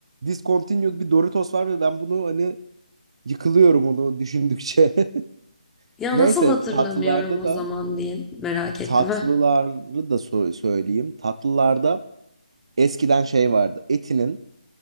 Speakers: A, on the right (about 45°); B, in the centre.
A: discontinued bir Doritos var ve ben bunu hani yıkılıyorum onu düşündükçe. <laughs>
B: Ya
A: Neyse
B: nasıl hatırlamıyorum
A: tatlılarda
B: o
A: da
B: zaman diye merak ettim.
A: tatlıları
B: ha.
A: da so- söyleyeyim. Tatlılarda eskiden şey vardı. Eti'nin